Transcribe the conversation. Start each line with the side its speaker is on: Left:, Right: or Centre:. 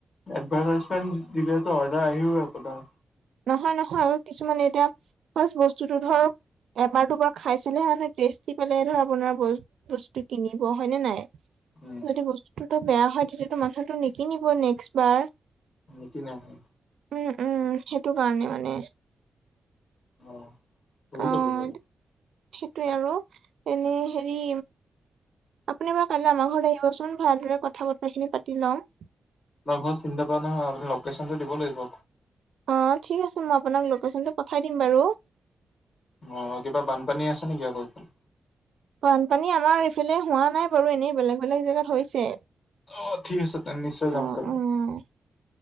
Left: এদভাৰটাইচমেণ্ট দিলেতো অৰ্ডাৰ আহি একোতা।
Right: নহয়, নহয় আৰু কিছুমানে এতিয়া ফাৰ্ষ্ট বস্তুটো ধৰ এবাৰ দুবাৰ খাইছিলেহে। টেষ্টি পালে ধৰা আপোনৰ বস্তু কিনিব হয় নে নাই?
Left: উম।
Right: যদি বস্তুতোটো বেয়া হয় তেতিয়াতো মানুহেটো নিকিনিব নেক্স বাৰ।
Left: নিকিনে হয়।
Right: উম, উম, সেইটো কাৰণে মানে।
Left: অঁ হৈ
Right: অ'
Left: যাব, যাব।
Right: সেইটোৱে আৰু, এনে হেৰি- আপুনি বাৰু কালিলৈ আমাৰ ঘৰত আহিবচোন ভালদৰে কথা বতৰাখিনি পাতি ল'ম।
Left: আপোনাৰ ঘৰ চিন নাপাওঁ নহয় আপুনি লোকেশ্যনটো দিব লাগিব।
Right: অ', ঠিক আছে মই আপোনাক লোকেশচনটো পঠাই দিম বাৰু।
Left: অ', কিবা বানপানী আছে নেকি আকৌ সেইফালে?
Right: বানপানী আমাৰ এইফালে হোৱা নাই বাৰু এনেই বেলেগ বেলেগ জেগাত হৈছে।
Left: অ', ঠিক আছে তেন্তে নিশ্চয় যাম
Right: অ',
Left: কাইলে
Right: অ',